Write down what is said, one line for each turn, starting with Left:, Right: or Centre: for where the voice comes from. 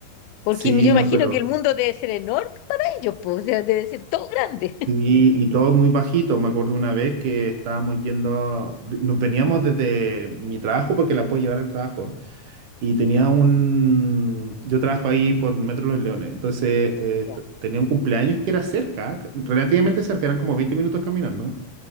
Left: Porque
Right: Sí,
Left: yo
Right: no,
Left: imagino
Right: pero...
Left: que el mundo debe ser enorme para ellos, pues, o sea, debe ser todo grande.
Right: Sí, y todo muy bajito. Me acuerdo una vez que estábamos yendo, nos veníamos desde mi trabajo porque la puedo llevar al trabajo. Y tenía un, yo trabajo ahí por Metro Los Leones, entonces eh,
Left: Ya.
Right: t- tenía un cumpleaños que era cerca, relativamente cerca, eran como 20 minutos caminando.